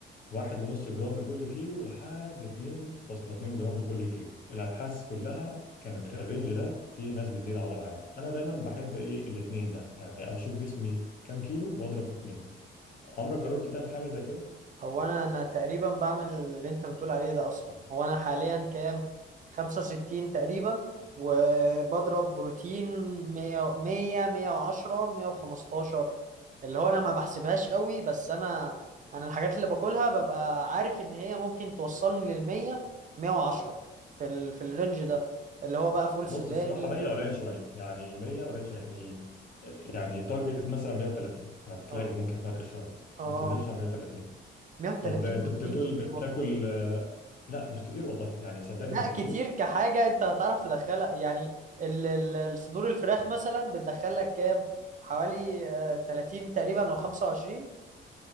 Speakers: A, on the left (about 45°); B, on the right (about 40°).
A: واحد ونص جرام لكل كيلو لحد 2.2 جرام لكل كيلو الابحاث كلها كانت الرينج ده في ناس بتزيد عضل عادي انا دايما بحب ايه الاتنين ده يعني اشوف جسمي كام كيلو واضرب في اتنين عمرك جربت تعمل حاجه زي كده
B: هو انا انا تقريبا بعمل اللي انت بتقول عليه ده اصلا هو انا حاليا كام 65 تقريبا وبضرب بروتين 100 100 110 115 اللي هو انا ما بحسبهاش قوي بس انا انا الحاجات اللي باكلها ببقى عارف ان هي ممكن توصلني لل 100 110 في ال... في الرينج ده اللي هو بقى فول
A: بص
B: سوداني
A: الصراحه 100 قليل شويه يعني 100 قليل شويه يعني يعني تارجت مثلا 130 هتلاقي
B: اه
A: ممكن فرق شويه
B: اه
A: ما تنزلش على 130
B: 130
A: طب انت
B: بروتين
A: كنت بتقول
B: كتير
A: بتاكل آه، لا مش كتير والله يعني صدقني
B: لا
A: مش
B: كتير
A: كتير
B: كحاجة انت هتعرف تدخلها يعني ال- ال- الصدور الفراخ مثلا بتدخل لك كام حوالي آه، 30 تقريبا او 25